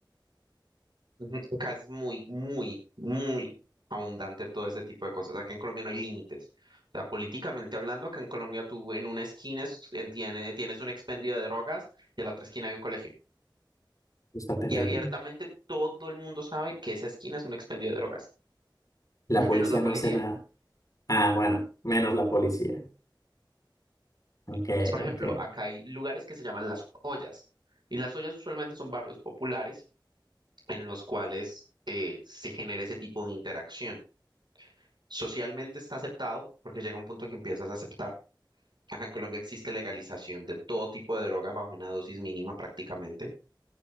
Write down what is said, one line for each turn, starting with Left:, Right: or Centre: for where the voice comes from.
Right: Ujú. Acá es muy, muy, muy abundante todo ese tipo de cosas. Acá en Colombia no hay límites. O sea, políticamente hablando, acá en Colombia tú en una esquina es- en- tiene- tienes un expendio de drogas y en la otra esquina hay un colegio.
Left: Pues, Está terrible.
Right: Y abiertamente todo el mundo sabe que esa esquina es un expendio de drogas,
Left: La
Right: menos
Left: policía
Right: la policía.
Left: no hace nada. Ah, bueno, menos la policía. Ok,
Right: Entonces, por ejemplo,
Left: ok.
Right: acá hay lugares que se llaman las ollas. Y las ollas usualmente son barrios populares en los cuales eh, se genera ese tipo de interacción. Socialmente está aceptado porque llega un punto en que empiezas a aceptar. Acá en Colombia existe legalización de todo tipo de droga bajo una dosis mínima prácticamente.